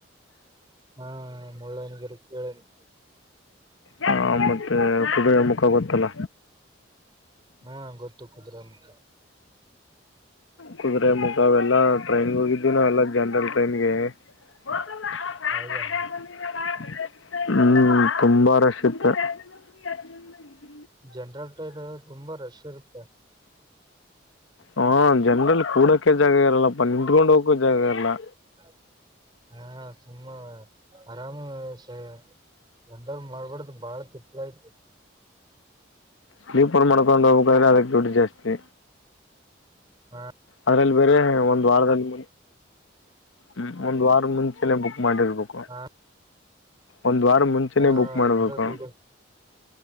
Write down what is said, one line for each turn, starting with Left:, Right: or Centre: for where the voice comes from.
Right: ಹಾ ಮುಳ್ಳೆನಗರಿ ಕೇಳೆನಿ
Left: ಹ ಮತ್ತೆ ಕುದರೆ ಮುಖ ಗೊತ್ತ ಅಲ್ಲ
Right: ಹಾ ಗೊತ್ತು ಕುದುರೆಮುಖ
Left: ಕುದುರೆೆ ಮುಖಾವೆಲ್ಲಾ ಟ್ರೈನ್ಗೆ ಹೋಗಿದ್ವಿ ಎಲ್ಲ ಜನರಲ್ ಟ್ರೈನ್ಗೆ. <unintelligible>
Right: ಹೌದಾ
Left: <unintelligible> ಹ್ಮ್ ತುಂಬಾ ರಶ್ ಇತ್ತು. <unintelligible>
Right: ಜನ್ರಲ್ ಟೈನ ತುಂಬಾ ರಶ್ ಇರುತ್ತೆ.
Left: ಹಾ ಜನ್ರಲ ಕೂಡೋಕೆ ಜಾಗ ಇರಲ್ಲಪ್ಪ ನಿಂತ್ಕೊಂಡ್ ಹೋಗಕ ಜಾಗ ಇರಲ್ಲಾ.
Right: <unintelligible> ಹಾ ಸುಮ್ಮ ಆರಾಮ ಸೆ ಜನರಲ್ ಮಾಡ್ಬಿಡ್ದ್ ಬಾಳ ತಿಪ್ಪಲಯ್ತು
Left: ಸ್ಲೀಪರ್ ಮಾಡ್ಕೊಂಡ ಹೋಗ್ಬೇಕದ್ರೆ ಅದಕ್ಕೆ ದುಡ್ಡು ಜಾಸ್ತಿ.
Right: ಹಾ
Left: ಅದ್ರಲ್ಲಿ ಬೇರೆ ಒಂದ್ ವಾರದಲ್ಲಿ ಮುಂ ಒಂದ್ ವಾರ ಮುಂಚೆಲೆ ಬುಕ್ ಮಾಡಿರ್ಬೇಕು.
Right: ಹಾ
Left: ಒಂದ್ ವಾರ ಮುಂಚೆನೆೇ
Right: ಹಾ
Left: ಬುಕ್ ಮಾಡ್ಬೇಕು.
Right: ಅಂದ್ರೆ ದುಡ್ಡು